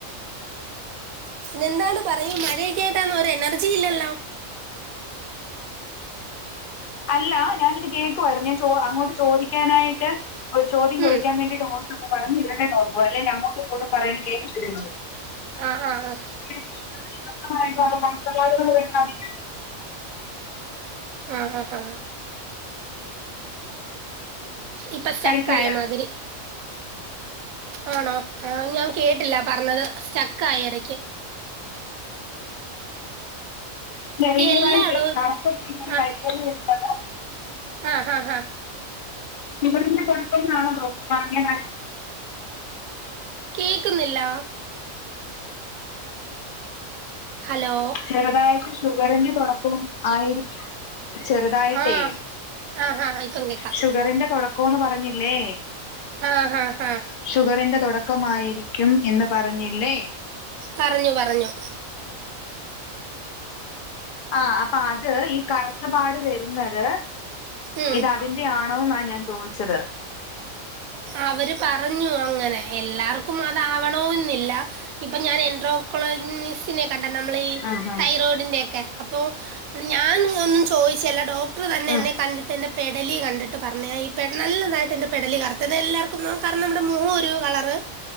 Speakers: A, on the right; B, on the left.
A: പിന്നെ എന്താണ് പറയും മഴയൊക്കെ ആയിട്ടാന്നൊ ഒരു എനർജി ഇല്ലല്ലോ
B: അല്ല ഞാനിത് കേക്കുവായിരുന്നു ഞാൻ ചോ അങ്ങോട്ട് ചോദിക്കാനായിട്ട് ഒരു ചോദ്യം ചോദിക്കാൻ
A: ഉം
B: വേണ്ടിട്ട്ഓ തപ്പൊ പറഞിരട്ടേർന്നു ഓടുമ്പൊ അല്ലെങ്കി അങ്ങോട്ടും ഇങ്ങോട്ടും പറയാ കേക്കത്തില്ലേന്നൊ
A: ആ ആ ആ
B: <unintelligible>
A: ആ ഹാ ഹാ ഇപ്പൊ സ്റ്റക്കായമാതിരി
B: കഴിക്കയില്
A: ആണോ? ആ ഞാൻ കേട്ടില്ല പറഞ്ഞത് സ്റ്റക്കായി എടക്ക്.
B: ചെറിയവായിട്ടേ
A: ഈ എല്ലായിടവും ഇപ്പ
B: ആപ്പു മീൻ കറി
A: ആ
B: കഴിക്കാൻ വരുന്നതാ
A: ആ ഹാ ഹാ
B: ഇവിടെന്നെ <unintelligible>
A: കേക്കുന്നില്ല ഹലോ
B: ചെറുതായിട്ട് ഷുഗറിന്റെ തുടക്കം ആയിരിക്കും ചെറുതായിട്ടേ
A: ആ ആ ഹാ ഇപ്പം കേക്കാം
B: ഷുഗറിന്റെ തൊട ക്കോന്ന് പറഞ്ഞില്ലേ?
A: ആ ഹാ ഹാ
B: ഷുഗറിന്റെ തൊടക്കമായിരിക്കും എന്ന് പറഞ്ഞില്ലേ?
A: പറഞ്ഞു പറഞ്ഞു
B: ആ അപ്പൊ അത് ഈ കറുത്തപാട് വരുന്നത്
A: ഉം
B: ഇത് അതി ന്റെ ആണോന്നാ ഞാൻ ചോയിച്ചത്.
A: അവര് പറഞ്ഞു അങ്ങനെ എല്ലാർക്കും അതാവണോന്നില്ല. ഇപ്പൊ ഞാൻ എൻട്രോക്കോളിനിസിനെ കണ്ട നമ്മളീ
B: ആഹ്
A: തൈറോയിഡിന്റെ ഒക്കെ അപ്പൊ ഞാൻ ഒന്നും ചോദിച്ചല്ല ഡോ ക്ടറ് തന്നെ
B: ആഹ് ഉം
A: എന്നെ കണ്ടിട്ട് എന്റെ പെടലി കണ്ടിട്ട് പറഞ്ഞത ഈ പെ നല്ലതായിട്ട് എന്റെ പെടലി കറ് തതെല്ലാർക്കും നാം കാരണം നമ്മുടെ മൊഖം ഒരു കളറ്